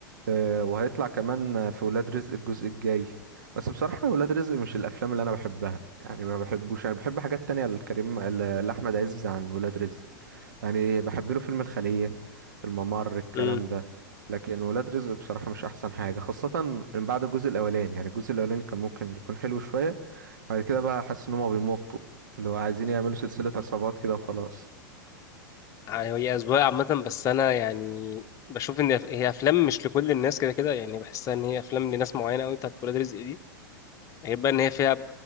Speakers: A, on the right; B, on the left.
A: آه وهيطلع كمان في ولاد رزق الجزء الجاي بس بصراحة ولاد رزق مش الافلام اللي انا بحبها يعني ما بحبوش انا بحب حاجات تانية لكريم ل- لاحمد عز عن ولاد رزق يعني بحب له فيلم الخلية الممر الكلام
B: الله
A: ده لكن ولاد رزق بصراحة مش أحسن حاجة خاصة من بعد الجزء الأولاني يعني الجزء الأولاني كان ممكن يكون حلو شوية بعد كده بقى حاسس إن هما بيمطوا اللي هو عايزين يعملوا سلسلة عصابات كده وخلاص
B: يعني هي أذواق عامة بس أنا يعني بشوف إن هي أفلام مش لكل الناس كده كده يعني بحسها إن هي أفلام لناس معينة أوي بتاعت ولاد رزق دي غير بقى إن هي فيها